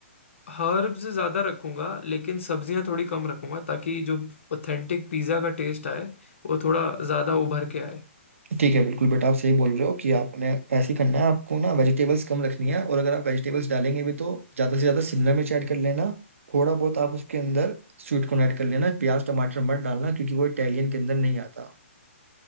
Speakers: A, on the left; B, on the right.
A: हर्ब्स ज़्यादा रखूंगा लेकिन सब्जियां थोड़ी कम रखूंगा ताकि जो ऑथेंटिक पिज़्ज़ा का टेस्ट आए वो थोड़ा ज़्यादा उभर के आए
B: ठीक है बिल्कुल बेटा आप सही बोल रहे हो कि आपने ऐसे ही करना है आपको ना वेजिटेबल्स कम रखनी है और अगर आप वेजिटेबल्स डालेंगे भी तो ज़्यादा से ज़्यादा शिमला मिर्च ऐड कर लेना थोड़ा बहुत आप उसके अंदर स्वीट कॉर्न ऐड कर लेना प्याज टमाटर मत डालना क्योंकि वो इटालियन के अंदर नहीं आता